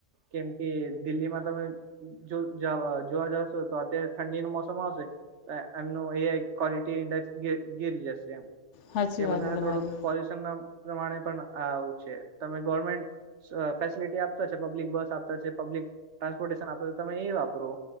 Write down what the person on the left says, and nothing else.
હાચી
વાત
હે તમારી